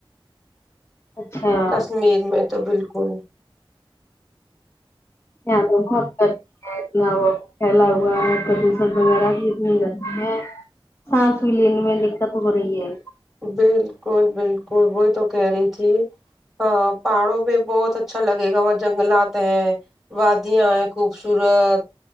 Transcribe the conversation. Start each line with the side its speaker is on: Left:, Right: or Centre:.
Left: اچھا
Centre: کشمیر میں تو بالکل
Left: یہ تو بہت کر اتنا وہ پھیلا ہوا ہے پردوشن وغیرہ بھی اتنی رہ ہے سانس بھی لییننے میں دقت خب رہی ہے
Centre: بالکل بالکل وہی تو کہہ رہی تھی ہ پہاڑو بھی بہتچ اچھا لگے گا وہ جنگلات ہیں وادیاں ہیں خوبصورت